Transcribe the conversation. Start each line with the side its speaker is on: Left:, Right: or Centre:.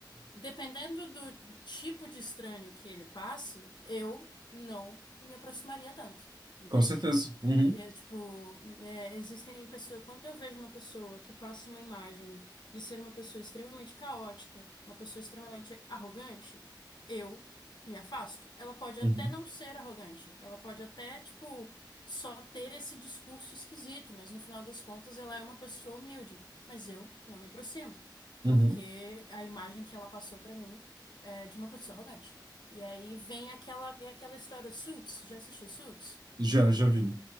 Left: Dependendo do tipo de estranho que ele passe, eu não me aproximaria tanto, entende?
Right: Com certeza. Uhum,
Left: Porque, tipo, é, existem pessoas. Quando eu vejo uma pessoa que passa uma imagem de ser uma pessoa extremamente caótica, uma pessoa extremamente arrogante, eu me afasto. Ela pode
Right: uhum,
Left: até não ser arrogante, ela pode até, tipo, só ter esse discurso esquisito, mas no final das contas ela é uma pessoa humilde, mas eu não me aproximo porque
Right: uhum.
Left: a imagem que ela passou pra mim é de uma pessoa arrogante. E aí vem aquela, é aquela história, Suits, já assistiu Suits?
Right: Já, já vi.